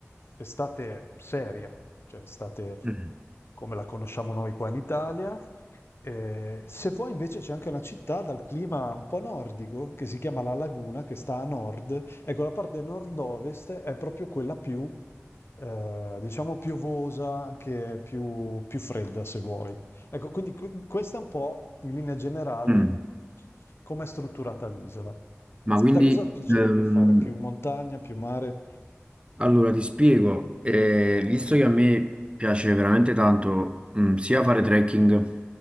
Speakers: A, on the left; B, on the right.
A: estate seria, cioè estate
B: Mm,
A: come la conosciamo noi qua in Italia. Eh, se vuoi invece c'è anche una città dal clima un po' nordico che si chiama La Laguna, che sta a nord. Ecco, la parte nord-ovest è proprio quella più eh, diciamo piovosa, anche più, più fredda se vuoi. Ecco, quindi que- questa è un po' in linea generale
B: mm.
A: come è strutturata l'isola.
B: Ma quindi
A: Te cosa piacerebbe
B: ehm,
A: fare? Più montagna, più mare?
B: Allora, ti spiego, Eh, visto che a me piace veramente tanto mm, sia fare trekking,